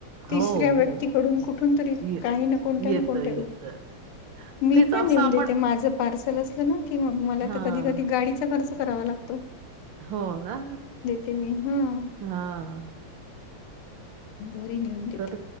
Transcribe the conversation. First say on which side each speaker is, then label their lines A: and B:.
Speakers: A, on the left; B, on the right.
A: तिसऱ्या
B: हो,
A: व्यक्तीकडून
B: हो.
A: कुठून तरी
B: ये
A: काही ना कोणत्या
B: येतं,
A: ना कोणत्या
B: येतं.
A: रूप मी
B: तेच
A: पण
B: असं
A: नेऊन
B: आपण
A: देते माझं पार्सल असलं ना. की मग मला
B: हां.
A: तर कधी कधी गाडीचा खर्च करावा लागतो.
B: हो का?
A: ते मी हम्म.
B: हां.
A: घरी नेऊन देते.
B: तर